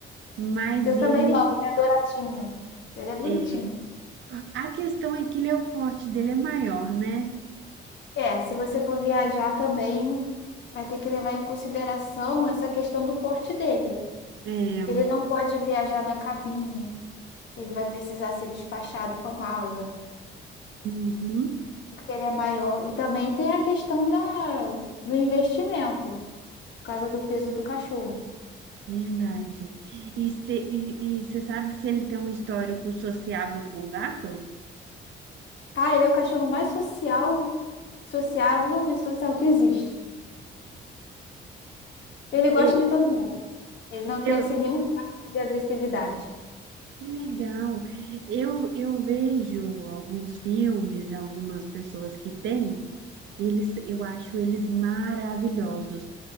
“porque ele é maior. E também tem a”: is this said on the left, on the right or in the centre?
Left